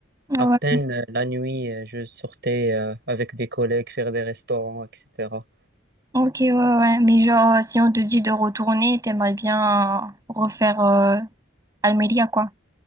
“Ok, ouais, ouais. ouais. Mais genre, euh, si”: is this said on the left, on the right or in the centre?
Right